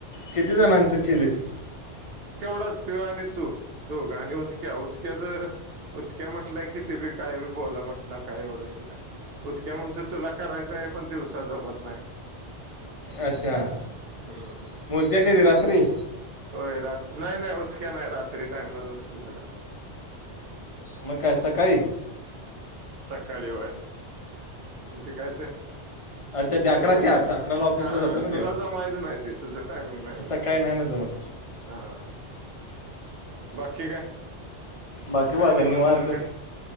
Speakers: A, on the left; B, on the right.
A: किती जणांचं केलेस.
B: तेवढाच तू आणि तू दोघ आणि उदक्या उदक्याच. उतक्या म्हटलंय किती बी काय बी बोला म्हटलं काय एवढं हे नाय उतक्या म्हण तू चुला करायचां आहे पण दिवसा जमत नाही.
A: अच्छा
B: म्हणतोय हम्म
A: म उदक्या कधी म रात्री.
B: होय रात नाही नाही उतक्या नाही रात्री टाइमच नसतोय त्याला.
A: मग काय सकाळी.
B: काळी होय आणि ते काय ते
A: अच्छा ते अकराच्या
B: तुझं टायमिंग
A: आत अकराला ऑफिसला
B: हा
A: जातो
B: हा
A: ना
B: तुला जमायज नाही त तुझं टायमिंग नाही जा
A: काय नाही ना जमत.
B: हा. बाकी काय?
A: बाकी बा
B: काय
A: धन्यवाद.
B: दिवसभर काय